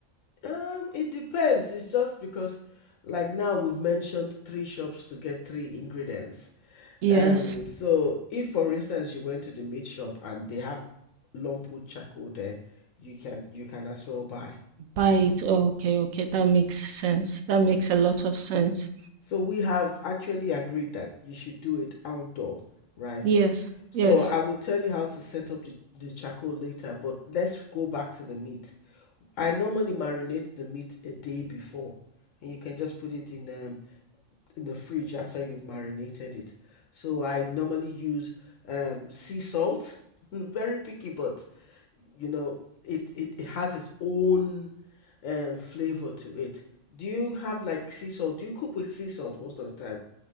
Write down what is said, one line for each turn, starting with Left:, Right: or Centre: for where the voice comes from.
Left: Um, it depends. It's just because, like now, we've mentioned three shops to get three ingredients.
Right: Yes,
Left: Um, so if, for instance, you went to the meat shop and they have lump wood charcoal there, you can you can as well buy.
Right: buy
Left: It's not
Right: it. Oh, okay, okay. That makes sense. That
Left: yes.
Right: makes a lot of sense.
Left: So we have actually agreed that you should do it outdoor, right?
Right: Yes,
Left: So
Right: yes.
Left: I will tell you how to set up the, the charcoal later, but let's go back to the meat. I normally marinate the meat a day before, and you can just put it in um in the fridge after you've marinated it. So I normally use um sea salt. <laughs> Very picky, but you know, it it, it has its own um flavor to it. Do you have like sea salt? Do you cook with sea salt most of the time?